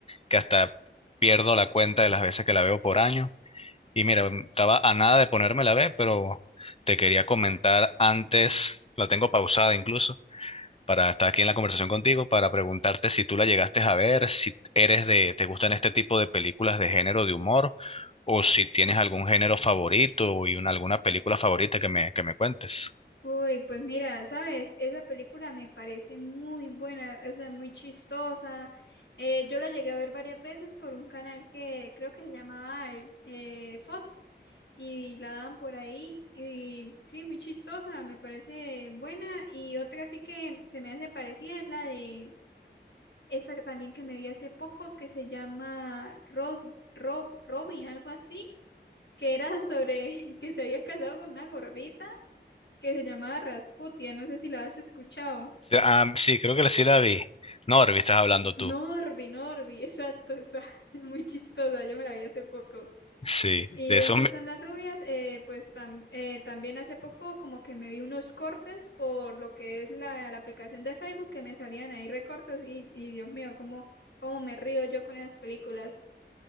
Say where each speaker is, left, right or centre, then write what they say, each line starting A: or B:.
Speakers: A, on the left; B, on the left.
A: que hasta pierdo la cuenta de las veces que la veo por año. Y mira, mm, estaba a nada de ponerme la B, pero te quería comentar antes, la tengo pausada incluso, para estar aquí en la conversación contigo, para preguntarte si tú la llegaste a ver, si eres de, te gustan este tipo de películas de género de humor, o si tienes algún género favorito y una, alguna película favorita que me, que me cuentes.
B: Uy, pues mira, sabes, esa película me parece muy buena, o sea, muy chistosa. Eh, yo la llegué a ver varias veces por un canal que creo que se llamaba el, eh, Fox y la daban por ahí. Y sí, muy chistosa, me parece buena. Y otra sí que se me hace parecida es la de esta que también que me vi hace poco que se llama Ros, Ro- Robin, algo así, que era sobre <laughs> que se había casado con una gordita que se llamaba Rasputia, no sé si la has escuchado.
A: Ah, sí, creo que sí la vi. Norby, estás hablando
B: Norby,
A: tú.
B: Norby, exacto, esa, <laughs> muy chistosa, yo me la vi hace poco.
A: Sí,
B: ¿Y
A: de eso,
B: dónde están las rubias? Eh, pues tam- eh, también hace poco como que me vi unos cortes por lo que es la, la aplicación de Facebook que me salían ahí recortes y, y Dios mío, cómo, cómo me río yo con esas películas.